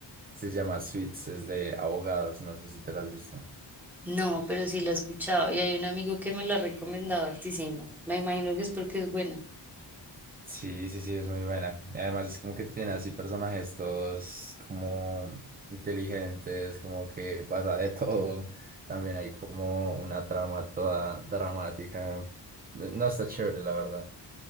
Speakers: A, on the right; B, in the centre.
A: Se llama Suits, es de abogados, no sé si te la has visto.
B: No, pero sí la he escuchado. Y hay un amigo que me la ha recomendado hartísimo. Me imagino que es porque es buena.
A: Sí, sí, sí, es muy buena. Y además es como que tiene así personajes todos como inteligentes, como que pasa de <laughs> todo. También hay como una trama toda dramática. No está chévere, la verdad.